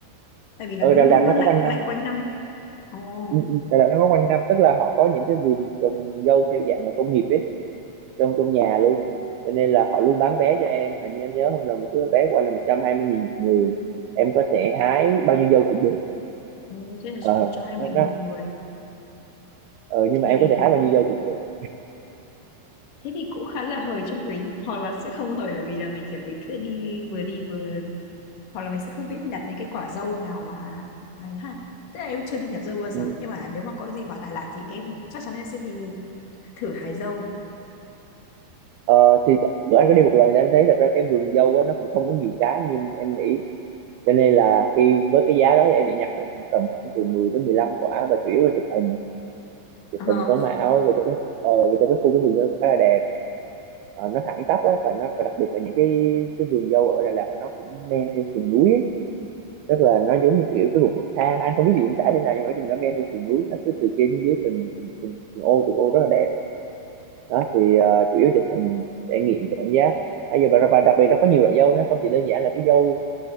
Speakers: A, on the left; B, on the right.
A: Tại vì là
B: ừ,
A: nó
B: Đà
A: luôn
B: Lạt
A: luôn
B: nó
A: lạnh
B: có quanh năm
A: lạnh quanh năm. Ồ,
B: ừ, ừ, Đà Lạt nó có quanh năm tức là họ có những cái vườn trồng dâu theo dạng là công nghiệp ấy trong trong nhà luôn cho nên là họ luôn bán vé cho em hình như anh nhớ không lầm một cái vé của anh là một trăm hai mươi nghìn một người em có thể hái bao nhiêu dâu cũng được
A: oh, thế là
B: ờ
A: sẽ cho hai mình
B: nó, nó,
A: một người
B: ờ, nhưng
A: thì
B: mà em có thể hái bao nhiêu dâu cũng được
A: thế thì cũng khá là hời cho mình hoặc là sẽ không hời bởi vì là mình kiểu mình sẽ đi vừa đi vừa hoặc là mình sẽ không biết nhặt những cái quả dâu nào mà này ha tức là em chưa đi nhặt dâu bao giờ
B: Ừ.
A: nhưng mà nếu mà có gì vào Đà Lạt thì em chắc chắn em sẽ đi thử hái dâu
B: ờ, thì bữa anh có đi một lần thì anh thấy thật ra cái vườn dâu á, nó cũng không có nhiều trái như em nghĩ cho nên là khi với cái giá đó thì em chỉ nhặt được khoảng tầm khoảng từ 10 đến 15 quả và chủ yếu là chụp hình chụp
A: ờ
B: hình
A: ờ
B: sống ảo và trong cái ờ, và trong cái khu cái vườn dâu cũng khá là đẹp Ờ, nó thẳng tắp á và nó và đặc biệt là những cái cái vườn dâu ở Đà Lạt là nó cũng men theo sườn núi á tức là nó giống như kiểu cái vùng bậc thang anh không biết hiện tại thế này nhưng mà nói chung là men trên sườn núi nó cứ từ trên xuống dưới từng từng từng, từng ô từng ô rất là đẹp đó thì ờ, chủ yếu chụp hình trải nghiệm cảm giác bây giờ và, và đặc biệt nó có nhiều loại dâu nó không chỉ đơn giản là cái dâu